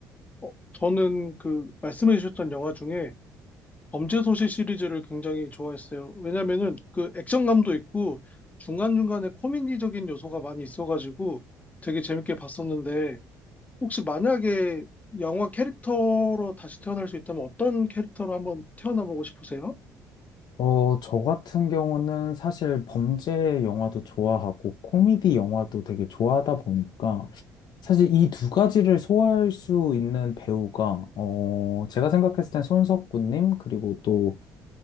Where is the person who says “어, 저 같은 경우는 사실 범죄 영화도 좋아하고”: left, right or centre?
Left